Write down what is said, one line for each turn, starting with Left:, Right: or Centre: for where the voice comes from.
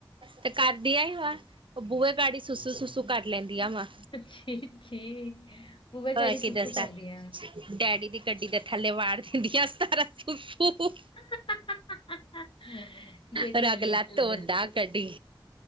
Right: ਤੇ ਕਰਦੀ ਆ ਵਾ ਓ ਬੂਹੇ ਗਾੜੀ ਸੁਸੂ ਸੁਸੂ ਕਰ ਲੈਂਦੀ ਆ ਵਾਂ।
Left: ਛੀ ਛੀ ਬੂਹੇ ਗਾੜੀ
Right: ਹੋਰ ਕੀ
Left: ਸੁਸੂ
Right: ਦੱਸਦਾ
Left: ਕਰਦੀਆਂ
Right: ਡੈਡੀ ਦੀ ਗੱਡੀ ਦਾ- ਥੱਲੇ ਵਾੜ ਦਿੰਦੀਆਂ ਸਾਰਾ ਫੂ-ਫੂ।
Left: ਹਾ ਹਾ ਹਾ -ਜੇੜੀ
Right: ਰਗਲਾ
Left: ਏਨੀ ਪੂਜਾ।
Right: ਧੋਂਦਾ ਕੱਢੀ